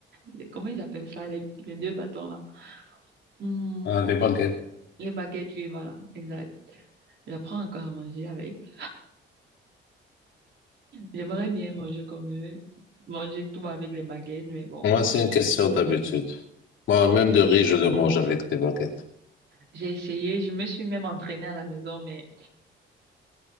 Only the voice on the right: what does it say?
les- comment ils appellent ça, les, les deux bâtons là. Hmm,
les baguettes oui, voilà, exact. J'apprends encore à manger avec. J'aimerais bien manger comme eux, manger tout avec les baguettes, mais bon.
J'ai essayé, je me suis même entraînée à la maison, mais